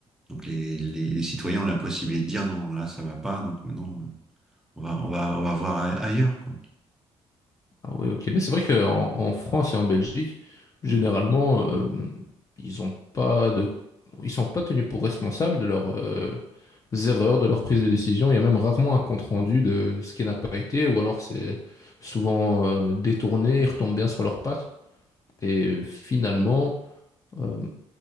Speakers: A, in the centre; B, on the left (about 30°).
A: Donc les, les, les citoyens ont la possibilité de dire non, là ça va pas, donc maintenant euh, on va, on va, on va voir a- ailleurs, quoi.
B: Ah oui, ok. Mais c'est vrai qu'en en en France et en Belgique, généralement, euh, ils ont pas de, ils sont pas tenus pour responsables de leur euh, erreurs de leur prise de décision. Il y a même rarement un compte-rendu de ce qui n'a pas été, ou alors c'est souvent euh, détourné, ils retombent bien sur leurs pattes. Et finalement, euh,